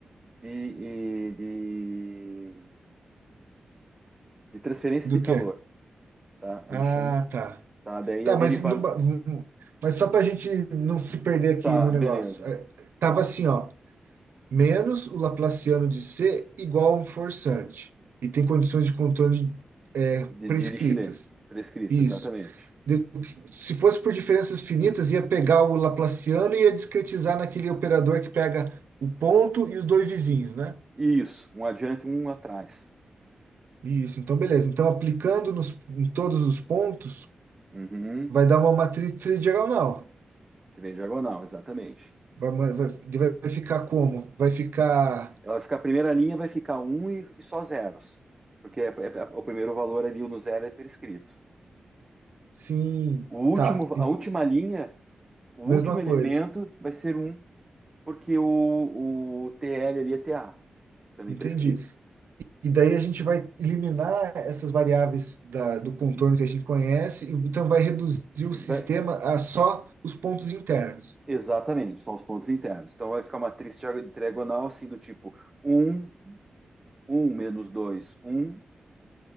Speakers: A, on the right (about 20°); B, on the right (about 80°).
A: de, de, de transferência
B: Do
A: de calor,
B: quê?
A: tá?
B: Ah,
A: Ele chama,
B: tá.
A: tá? Daí
B: Tá,
A: a derivada,
B: mas, numa- mas só para a gente não se perder aqui
A: tá,
B: no negócio.
A: beleza.
B: É, Tava
A: Tá.
B: assim, ó. Menos o Laplaciano de C igual a um forçante. E tem condições de contorno de, é,
A: De
B: prescritas.
A: Dirichlet. Prescrita,
B: Isso.
A: exatamente.
B: De- se fosse por diferenças finitas, ia pegar o Laplaciano e ia discretizar naquele operador que pega o ponto e os dois vizinhos, né?
A: Isso. Um adiante, um atrás.
B: Isso, então beleza. Então, aplicando nos, em todos os pontos,
A: Uhum.
B: vai dar uma matriz tridiagonal.
A: Trem diagonal, exatamente.
B: Vai, ma- vai, vai ficar como? Vai ficar
A: Ela vai ficar, a primeira linha vai ficar um e, e só zeros. Porque é, é- é, o primeiro valor ali, o no zero, é prescrito.
B: sim,
A: O último,
B: tá,
A: a
B: en-
A: última linha, o
B: mesma
A: último elemento
B: coisa.
A: vai ser um, porque o, o TL ali é T a também
B: Entendi.
A: prescrito.
B: E daí a gente vai eliminar essas variáveis da, do contorno
A: E-
B: que a gente conhece, e então vai reduzir o sistema
A: vai-
B: a só os pontos internos.
A: exatamente, são os pontos internos. Então vai ficar uma matriz diagonal assim do tipo um um menos dois um